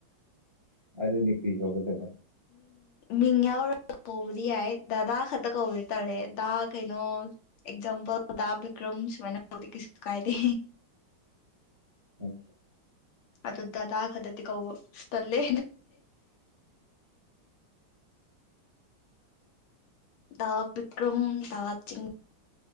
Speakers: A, on the right (about 15°); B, on the left (about 75°).
A: ꯑꯗ ꯔꯤꯖꯕꯨꯗꯕ
B: ꯃꯤꯉꯔ ꯀꯧꯕꯣ꯭ꯔꯤ ꯍꯥꯏ ꯗꯗꯥꯗꯥ ꯈꯛꯇ ꯀꯧꯕ꯭ꯔꯤ ꯇꯥꯔꯦ ꯗꯗꯥ ꯀꯩꯅꯣ ꯑꯦꯛꯖꯥꯝꯄꯜꯗꯥꯕꯤ꯭ꯔ ꯗꯤ ꯀꯁꯨ ꯀꯥꯏꯗꯦ
A: ꯑꯦ
B: ꯑꯗꯨꯗꯥ ꯈꯗ ꯇ ꯀ ꯇꯂꯦ ꯗꯥ ꯕꯔ꯭ꯤꯀꯔꯝ ꯇꯗꯥ ꯆ